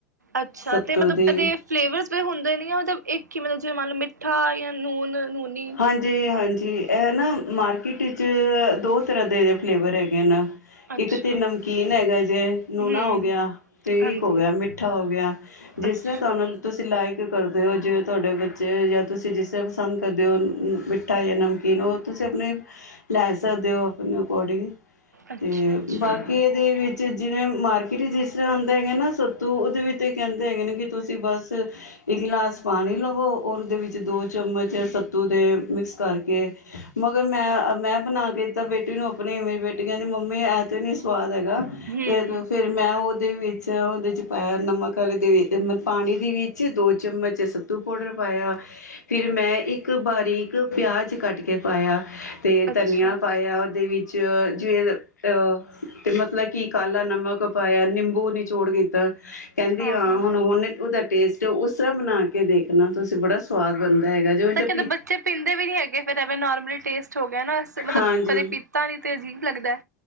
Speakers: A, on the right (about 85°); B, on the left (about 80°).
A: ਅੱਛਾ
B: ਸੱਤੂ
A: ਤੇ ਮਤਲਬ
B: ਦੀ
A: ਇਹਦੇ ਫਲੇਵਰਸ ਹੁੰਦੇ ਨੇ ਆ <unintelligible> ਇੱਕ ਮੰਨ ਲਵੋ ਮਤਲਬ ਮਿੱਠਾ ਨੂਨ ਨੂਨੀ
B: ਹਾਂਜੀ ਹਾਂਜੀ ਜੀ ਇਹ ਨਾ ਮਾਰਕੀਟ ਵਿੱਚ ਦੋ ਤਰ੍ਹਾਂ ਦੇ ਫਲੇਵਰ ਹੈਗੇ ਨਾ
A: ਅੱਛਾ।
B: ਇੱਕ ਤੇ ਨਮਕੀਨ ਹੈਗਾ ਜੇ ਨੂਣਾ
A: ਹੂੰ
B: ਹੋ ਗਿਆ ਤੇ
A: ਹਾਂਜੀ
B: ਇੱਕ ਹੋ ਗਿਆ ਮਿੱਠਾ ਹੋ ਗਿਆ ਜਿਸ
A: ਅੱਛਾ।
B: ਤਰ੍ਹਾਂ ਤੁਹਾਨੂੰ ਤੁਸੀਂ ਲਾਇਕ ਕਰਦੇ ਹੋ ਜਿਵੇਂ ਤੁਹਾਡੇ ਬੱਚੇ ਜਾਂ ਤੁਸੀਂ ਜਿਸੇ ਪਸੰਦ ਮਿੱਠਾ ਜਾਂ ਨਮਕੀਨ ਉਹ ਤੁਸੀਂ ਆਪਣੇ ਲੈ ਸਕਦੇ ਹੋ ਆਪਣੇ ਅਕੋਡਿੰਗ
A: ਅੱਛਾ-ਅੱਛਾ।
B: ਤੇ ਬਾਕੀ ਇਹਦੇ ਵਿੱਚ ਚ ਜਿਵੇਂ ਮਾਰਕੀਟ ਜਿਸ ਤਰ੍ਹਾਂ ਆਉਂਦਾ ਹੈਗਾ ਨਾ ਸੱਤੂ ਉਹਦੇ ਵਿੱਚ ਇਹ ਕਹਿੰਦੇ ਹੈਗੇ ਨੇ ਕਿ ਤੁਸੀਂ ਬਸ ਇੱਕ ਗਲਾਸ ਪਾਣੀ ਲਵੋ ਔਰ ਉਹਦੇ ਵਿੱਚ ਦੋ ਚਮਚ ਸੱਤੂ ਤੇ ਮਿਕਸ ਕਰਕੇ ਮਗਰ ਮੈਂ ਮੈਂ ਬਣਾ ਕੇ ਤਾਂ ਬੇਟੀ ਨੂੰ ਆਪਣੀ ਮੇਰੀ ਬੇਟੀ ਕਹਿੰਦੀ ਮੰਮੀ ਐ ਤੋਂ ਹੀ ਨੀ ਸਵਾਦ ਹੈਗਾ
A: ਹੂੰ-ਹੂੰ
B: ਤੇ ਫੇਿਰ ਮੈਂ ਉਹ ਉਹਦੇ ਵਿੱਚ-ਉਹਦੇ ਚ ਪਾਇਆ ਨਮਕ ਵਾਲੇ ਦੇ ਮਤਲਬ ਪਾਣੀ ਦੇ ਵਿੱਚ ਦੋ ਚਮਚ ਚ ਸੱਤੂ ਪਾਊਡਰ ਪਾਇਆ ਫਿਰ ਮੈਂ ਇੱਕ ਬਾਰੀਕ ਪਿਆਜ਼ ਕੱਟ ਕੇ ਪਾਇਆ ਅਤੇ
A: ਅੱਛਾ
B: ਧਨੀਆ ਪਾਇਆ ਉਹਦੇ ਵਿੱਚ ਚ ਜਿਵੇ ਅਹ-ਤੇ-ਮ ਮਤਲਬ ਕਿ, ਕਾਲਾ ਨਮਕ ਪਾਇਆ ਹੈ ਨਿੰਬੂ ਨਿਚੋੜ ਦੀਤਾ ਕਹਿੰਦੀ,
A: ਹਾਂ-ਹਾਂ।
B: ਆਾਂ ਹੁਣ-ਹੁਣ ਉਧ ਟੇਸਟ, ਉਸ ਸਭ ਬਣਾ ਕੇ ਦੇਖ ਦੇਖਣਾ ਤੁਸੀਂ ਬੜਾ ਸਵਾਦ ਬਣਦਾ ਹੈਗਾ, ਜ
A: ਮਤਲਬ
B: <unintelligible>
A: ਬੱਚੇ ਪੀਂਦੇ ਵੀ ਨੀ ਹੈਗੇ ਫੇਿਰ ਐਵੇਂ ਨੋਰਮਲੀ ਟੇਸਟ ਹੋ ਗਿਆ ਨਾ, ਸ-ਮਤਲਬ
B: ਹਾਂਜੀ
A: ਕਦੇ ਪੀਤਾ ਨੀ ਤੇ ਅਜੀਬ ਲੱਗਦਾ ਏ,